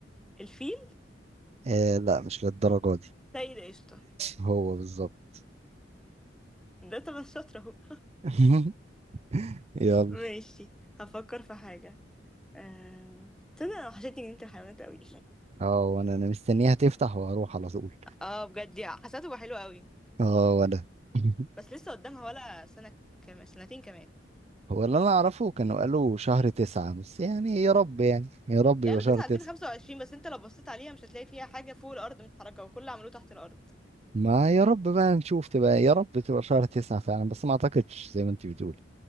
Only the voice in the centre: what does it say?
الفيل
سيد قشطة
ده طبعا شاطر اهو
ماشي هفكر في حاجة آه... تصدق انا وحشتني جنينة الحيوانات قوي
<laughs> اه بجد يا حسيته بقى حلو قوي
بس لسه قدامها ولا سنة كمان سنتين كمان
قالوا
9
بس انت لو بصيت عليها مش هتلاقي فيها حاجة فوق الأرض متحركة وكل اللي عملوه تحت الأرض